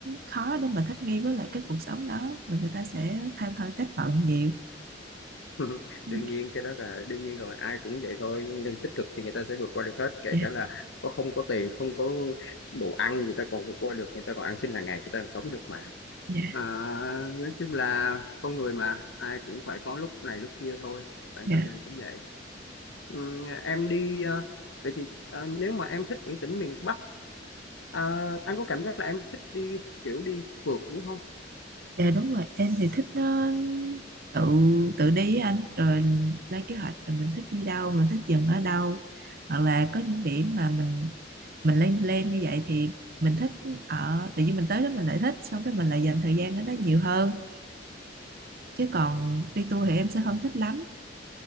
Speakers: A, on the right (about 55°); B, on the left (about 80°).
A: khó để mà thích nghi với lại cái cuộc sống đó và người ta sẽ than thở trách phận nhiều
B: <laughs>
A: dạ
B: đương nhiên cái đó là đương nhiên rồi ai cũng vậy thôi nhưng nếu tích cực thì người ta sẽ vượt qua được hết kể
A: dạ
B: cả là có không có tiền không có đồ ăn người ta còn vượt qua được người ta còn ăn xin hàng ngày người ta còn sống được mà
A: dạ
B: À, nói chung là con người mà ai cũng phải có lúc này lúc kia thôi bản
A: dạ
B: thân mình cũng vậy Ừm, em đi ờ, vậy thì ờ, nếu mà em thích những tỉnh miền Bắc ờ, anh có cảm giác là em thích đi kiểu đi phượt đúng không
A: dạ đúng rồi em thì thích ờ, tự tự đi á anh rồi lên kế hoạch rồi mình thích đi đâu mình thích dừng ở đâu hoặc là có những điểm mà mình mình lên lên như vậy thì mình thích ở tự nhiên mình tới đó mình lại thích xong cái mình lại dành thời gian ở đó nhiều hơn chứ còn đi tour thì em sẽ không thích lắm